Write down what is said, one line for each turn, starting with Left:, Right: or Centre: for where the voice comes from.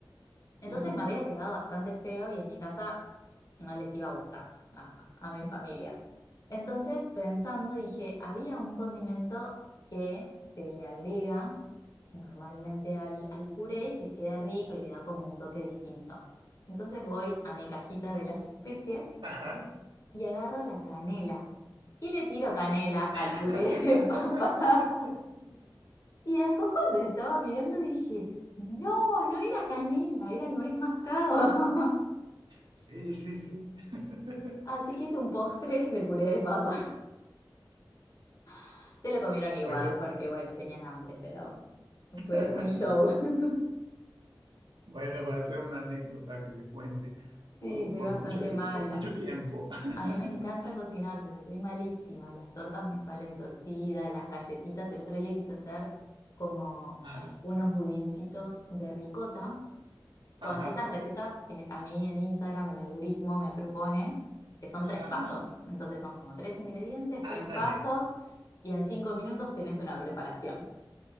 Left: Entonces
Right: ujú,
Left: me había quedado bastante feo y en mi casa no les iba a gustar a, a mi familia. Entonces, pensando, dije, había un condimento que se le agrega normalmente al, al puré y que queda rico y le da como un toque distinto. Entonces voy a mi cajita de las <laughs> especies
Right: Ajá.
Left: y agarro la canela y le tiro canela al
Right: <laughs>
Left: puré de papa. <laughs> Y después cuando estaba mirando dije, no, no era canela, era nuez mascabo. <laughs>
Right: Sí, sí, sí. <laughs>
Left: Así que hice un postre de puré de papa. <laughs> Se lo comieron igual
Right: Pues
Left: porque, bueno, tenían hambre, pero
Right: <laughs>
Left: fue un show. <laughs>
Right: Bueno, va a ser una anécdota que se cuente
Left: Sí,
Right: por,
Left: soy
Right: por
Left: bastante
Right: muchas,
Left: mala.
Right: por mucho tiempo.
Left: A mí
Right: <laughs>
Left: me encanta cocinar, pero soy malísima. Las tortas me salen torcidas, las galletitas. El otro día quise hacer como
Right: Ajá,
Left: unos budincitos de ricota
Right: ajá,
Left: con esas recetas que a mí en Instagram el algoritmo me propone, que son
Right: ajá,
Left: tres pasos.
Right: ajá.
Left: Entonces son como tres ingredientes, tres
Right: Ándale,
Left: pasos, y en cinco minutos tenés una preparación.